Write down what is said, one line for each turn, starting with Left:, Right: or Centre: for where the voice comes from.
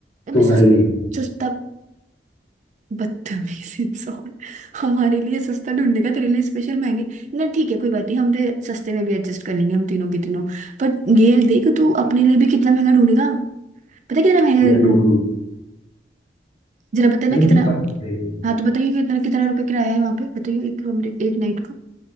Right: अबे
Left: तुम्हारे
Right: सस,
Left: लिए
Right: सस्ता बदतमीज इंसान हमारे लिए सस्ता ढूंढेगा तेरे लिए स्पेशल महंगे ना ठीक है कोई बात नहीं हम तेरे सस्ते में भी एडजस्ट कर लेंगे हम तीनों के तीनों पर ये देख तू अपने लिए भी कितना महंगा ढूंढेगा पता है कितना महंगा
Left: मैं ढूंढ लूंगा
Right: जरा बता ना
Left: अरे मुझे
Right: कितना
Left: पता है
Right: हाँ तो बताइए कितना कितना रुपए किराया है वहां पे बताइए एक कमरे एक नाइट का